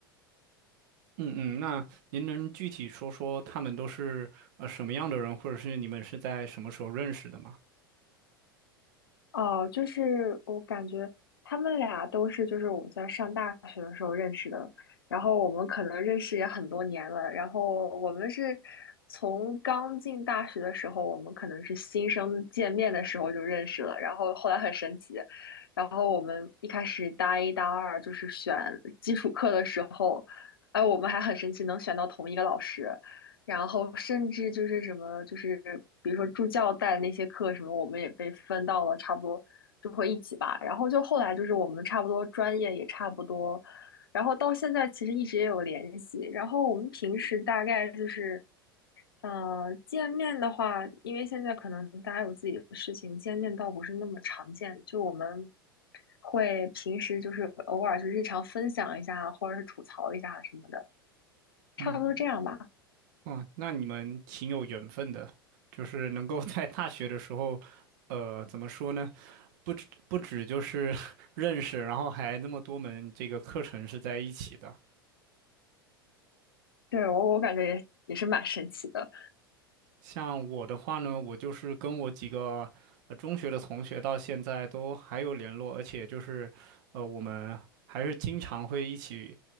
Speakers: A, on the right; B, on the left.
A: 嗯嗯，那您能具体说说他们都是呃什么样的人，或者是你们是在什么时候认识的吗？
B: 哦，就是我感觉他们俩都是，就是我们在上大学的时候认识的，然后我们可能认识也很多年了，然后我们是从刚进大学的时候，我们可能是新生见面的时候就认识了，然后后来很神奇，然后我们一开始大一大二就是选基础课的时候，哎，我们还很神奇能选到同一个老师，然后甚至就是什么，就是比如说助教带的那些课什么，我们也被分到了差不多，就会一起吧。然后就后来就是我们差不多专业也差不多，然后到现在其实一直也有联系。然后我们平时大概就是，呃，见面的话，因为现在可能大家有自己的事情，见面倒不是那么常见。就我们会平时就是偶尔就日常分享一下啊，或者是吐槽一下啊什么的，
A: 嗯嗯，
B: 差不多这样吧。
A: 哦，那你们挺有缘分的，就是能够在大学的时候，呃，怎么说呢？不止不止就是 <laughs> 认识，然后还那么多门这个课程是在一起的。
B: 对，我我感觉也也是蛮神奇的，
A: 像我的话呢，我就是跟我几个呃中学的同学到现在都还有联络，而且就是呃我们还是经常会一起